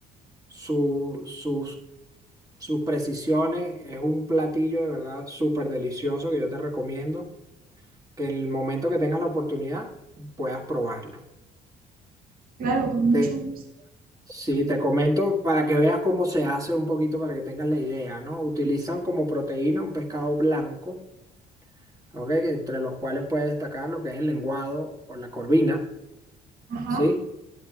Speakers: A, on the right (about 20°); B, on the right (about 60°).
A: su- sus, sus precisiones. Es un platillo de verdad súper delicioso que yo te recomiendo que en el momento que tengas la oportunidad puedas probarlo.
B: claro, con
A: Te-
B: mucho gusto.
A: Sí, te comento para que veas cómo se hace un poquito, para que tengas la idea, ¿no? Utilizan como proteína un pescado blanco, ¿ok? Entre los cuales puede destacar lo que es el lenguado o la corvina,
B: Ajá,
A: ¿sí?